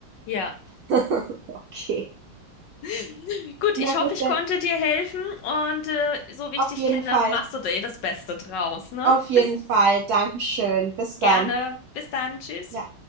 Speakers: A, on the left; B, on the right.
A: Ja.
B: <laughs> Okay.
A: <laughs> Gut, ich
B: Na gut,
A: hoffe, ich
B: dann
A: konnte dir helfen und äh, so wie
B: auf
A: ich dich
B: jeden
A: kenne,
B: Fall.
A: machst du dir das Beste draus, ne?
B: Auf jeden
A: Bis
B: Fall. Dankeschön. Bis dann.
A: gerne. Bis dann. Tschüss.
B: Ja.